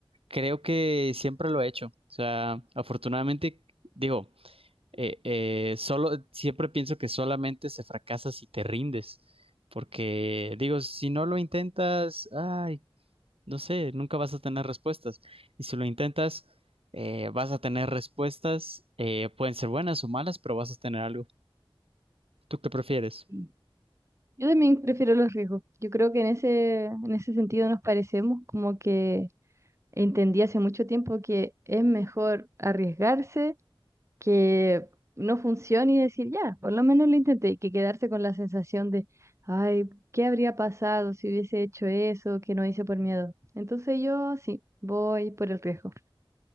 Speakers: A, on the right (about 80°); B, on the right (about 30°).
A: Creo que siempre lo he hecho. O sea, afortunadamente, digo, eh, eh, solo, siempre pienso que solamente se fracasa si te rindes. Porque, digo, si no lo intentas, ay, no sé, nunca vas a tener respuestas. Y si lo intentas, eh, vas a tener respuestas, eh, pueden ser buenas o malas, pero vas a tener algo. ¿Tú qué prefieres?
B: sí. Yo también prefiero los riesgos. Yo creo que en ese, en ese sentido nos parecemos, como que entendí hace mucho tiempo que es mejor arriesgarse que no funcione y decir, ya, por lo menos lo intenté, que quedarse con la sensación de, ay, ¿qué habría pasado si hubiese hecho eso que no hice por miedo? Entonces yo sí, voy por el riesgo.